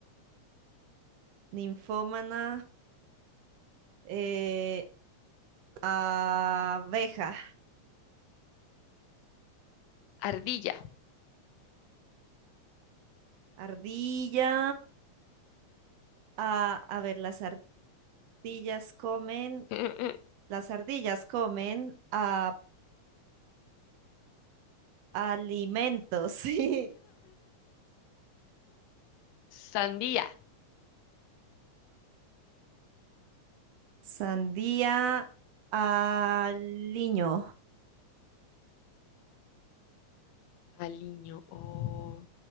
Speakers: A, on the right; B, on the left.
A: ninfómana, eh, abeja,
B: ardilla,
A: ardilla, a, a ver, las ardillas comen,
B: <laughs>
A: las ardillas comen a Alimentos, <laughs> sí.
B: sandía,
A: Sandía, aliño,
B: aliño, o-